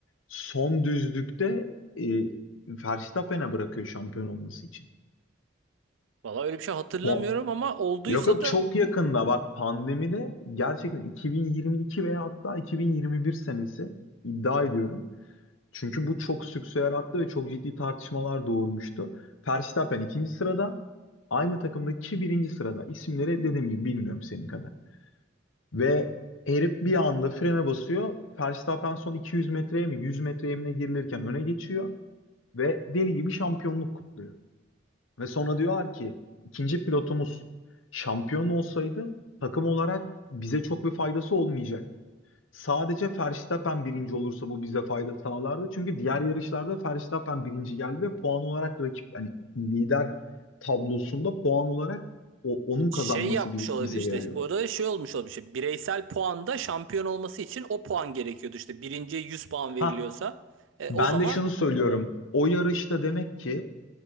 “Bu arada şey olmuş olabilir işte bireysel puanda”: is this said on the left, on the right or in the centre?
Right